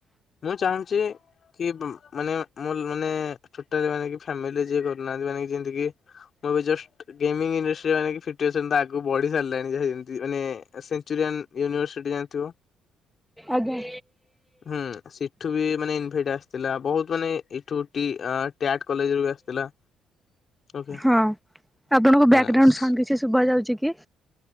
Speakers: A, on the left; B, in the centre.
A: ମୁଁ ଚାହୁଁଛି କି ମାନେ ମୁଁ ମାନେ ଟୋଟାଲି ମାନେ କିଏ ଫ୍ୟାମିଲି ଯିଏ ଘରେ ନାହାନ୍ତି ମାନେ ଯେନ୍ତି କି ମୁଁ ବି ଜଷ୍ଟ ଗେମିଙ୍ଗ୍ ରେସ୍ ରେ ମାନେ ଫିପ୍ଟି ପରସେଣ୍ଟ ତ ଆଗକୁ ବଢି ସାରିଲାଣି ଯାହା ଯେମିତି ମାନେ ସେନ୍ଚୁରିଆନ ୟୁନିଭର୍ସିଟି ଜାଣିଥିବ।
B: ଆଜ୍ଞା।
A: ହୁଁ ସେଠୁ ବି ମାନେ ଇନଭେଟ ଆସିଥିଲା। ବହୁତ ମାନେ ଏଠୁ ଟି ଟ୍ୟାଗ୍ କଲେଜରୁ ବି ଆସିଥିଲା ଓକେ
B: ହଁ। ଆପଣଙ୍କୁ ବ୍ୟାକଗ୍ରାଉଣ୍ଡ
A: ହଁ।
B: ସାଉଣ୍ଡ କିଛି ଶୁଭ ଯାଉଛି କି?